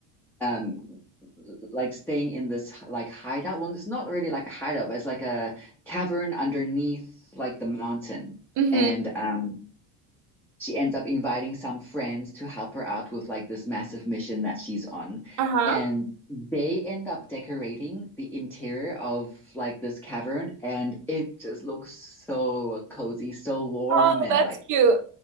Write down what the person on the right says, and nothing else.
hmm
Uh-huh.
Oh,
that's
cute.